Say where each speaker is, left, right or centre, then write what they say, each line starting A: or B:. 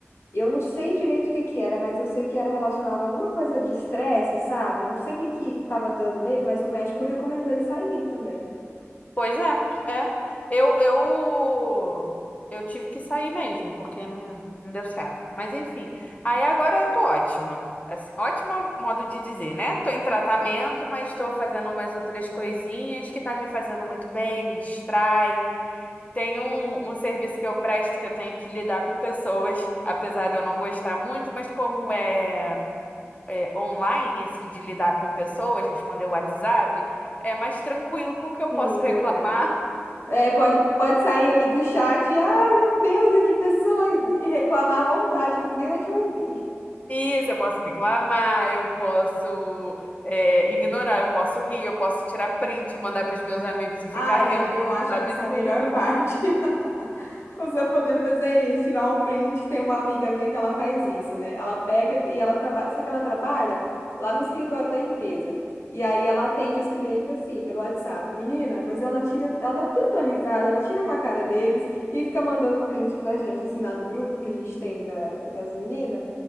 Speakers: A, on the left; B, on the left.
A: Eu não sei direito o que que era, mas eu sei que era relacionado a alguma coisa de estresse, sabe? Não sei o que que tava dando nele, mas o médico recomendou ele sair também.
B: Pois é, é. Eu, eu, eu tive que sair mesmo, porque não, não deu certo. Mas enfim, aí agora eu tô ótima. Assim, ótima modo de dizer, né? Tô em tratamento, mas estou fazendo umas outras coisinhas que tá me fazendo muito bem, me distrai. Tem um, um serviço que eu presto que eu tenho que lidar com pessoas, apesar de eu não gostar muito, mas como é é, online, esse de lidar com pessoas, responder o WhatsApp, é mais tranquilo porque eu
A: Sim,
B: posso reclamar
A: verdade. É, pode, pode sair ali do chat e, ai, meu Deus, e que pessoa, e reclamar à vontade, que ninguém vai te ouvir.
B: isso, eu posso reclamar, eu posso é, ignorar, eu posso rir, eu posso tirar print, mandar para os meus amigos e ficar
A: Ah, é-
B: rindo
A: eu
B: dos
A: acho
B: absurdos.
A: que essa é a melhor parte. <laughs> Você poder fazer isso, tirar um print. Tem uma amiga minha que ela faz isso, né? Ela pega e ela trabalha, só que ela trabalha lá no escritório da empresa. E aí ela atende os clientes assim, pelo WhatsApp. Menina, mas ela tira, ela dá tanta risada, ela tira com a cara deles e fica mandando print pra gente, assim, lá no grupo que a gente tem da, das meninas.